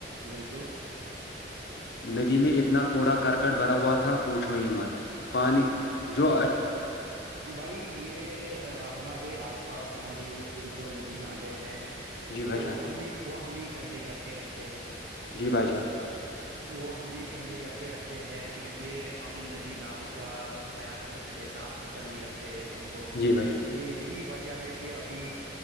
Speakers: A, on the right (about 70°); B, on the left (about 60°).
A: بالکل
B: ندی میں اتنا کوڑا کرکٹ بھرا ہوا تھا پوچھو ہی مت پانی جو
A: بھائی یہ ہمارے آس پاس ہمارے ارد گرد جو ندی نالے ہیں
B: جی بھائی
A: وہ
B: جان
A: ہم نے وہ ہم نے گندی کر کے رکھے
B: جی بھائی جان
A: وہ ہم نے گندے کر کے رکھے ہیں کیونکہ ہم ندی نالوں کا خیال نہیں رکھتے صاف ستھرا نہیں رکھتے ان کو
B: جی بھائی
A: کہ یہی وجہ ہے کہ کہ ابھی